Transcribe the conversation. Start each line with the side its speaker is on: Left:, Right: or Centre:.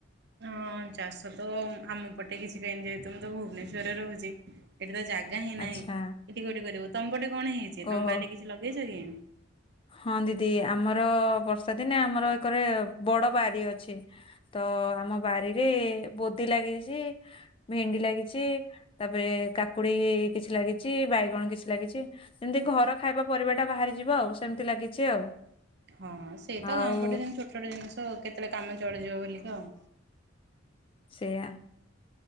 Right: ହଁ, ଚାଷ ତ ଆମ ପଟେ କିଛି ବି ହେଇନି ଯେହେତୁ ମୁଁ ତ ଭୁବନେଶ୍ୱରରେ ରହୁଛି ଏଠି ତ ଜାଗା ହିଁ
Left: ଆଚ୍ଛା
Right: ନାହିଁ ଏଠି କୋଉଠି କରିବୁ ତମ ପଟେ କ'ଣ ହେଇଛି
Left: ଓହୋ
Right: ତମ ବାରିରେ କିଛି ଲଗେଇଛ କି?
Left: ହଁ, ଦିଦି ଆମର ବର୍ଷା ଦିନେ ଆମର ଏକରେ ବଡ ବାରି ଅଛି ତ ଅ ଆମ ବାରିରେ ବୋଦି ଲାଗିଛି, ଭେଣ୍ଡି ଲାଗିଛି, ତାପରେ କା କାକୁଡି କିଛି ଲାଗିଛି, ବାଇଗଣ କିଛି ଲାଗିଛି, ସେମିତି ଘର ଖାଇବା ପରିବା ଟା ବାହାରି ଯିବ ଆଉ। ସେମିତି ଲାଗିଛି ଆଉ।
Right: ହଁ, ସେ ତ
Left: ଆଉ
Right: ଗାଁ ପଟେ ଯେମିତି ଛୋଟ ଛୋଟ ଜିନିଷ କେତେବେଳେ କାମ ଚଳିଯିବ ବୋଲିକି ଆଉ।
Left: ସେଇଆ।